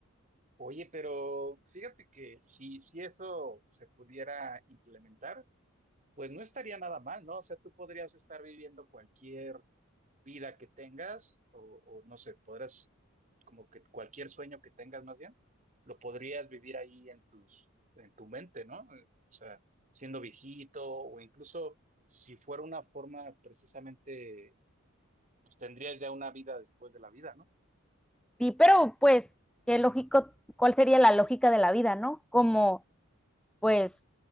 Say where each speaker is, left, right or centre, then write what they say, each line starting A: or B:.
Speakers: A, on the right; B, in the centre.
A: Oye, pero fíjate que si, si eso se pudiera implementar, pues no estaría nada mal, ¿no? O sea, tú podrías estar viviendo cualquier vida que tengas o, o no sé, podrás como que cualquier sueño que tengas más bien, lo podrías vivir ahí en tus, en tu mente, ¿no? Eh, O sea, siendo viejito o incluso si fuera una forma precisamente, pues tendrías ya una vida después de la vida, ¿no?
B: Sí, pero pues, qué lógico, ¿cuál sería la lógica de la vida, no? Como, pues,